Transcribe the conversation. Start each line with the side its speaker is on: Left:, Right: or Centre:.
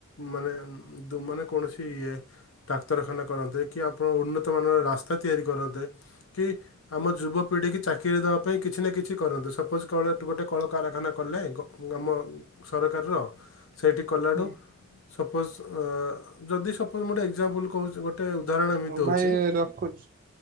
Left: ମାନେ ମାନେ କୌଣସି କି ଇଏ ଡାକ୍ତରଖାନା କରନ୍ତେ କି ଆପଣ ଉନ୍ନତମାନର ରାସ୍ତା ତିଆରି କରନ୍ତେ କି ଆମ ଯୁବପିଢ଼ି କି ଚାକିରି ଦେବା ପାଇଁ କିଛି ନା କିଛି କରନ୍ତେ ସପୋଜ କଳ ଗୋଟେ କଳକାରାରଖାନା କଲେ ଆମ ସରକାରର ସେଇଠି କଲାଠୁ
Right: ହଁ
Left: ସପୋଜ ଯଦି ସପୋଜ ଗୋଟେ ଏଗଜାମ୍ପୁଲ କହୁଛି ଗୋଟେ ଉଦାହରଣ ଏମିତି
Right: ହଉ
Left: ଦେଉଛି
Right: ଭାଇ ରଖୁଛି।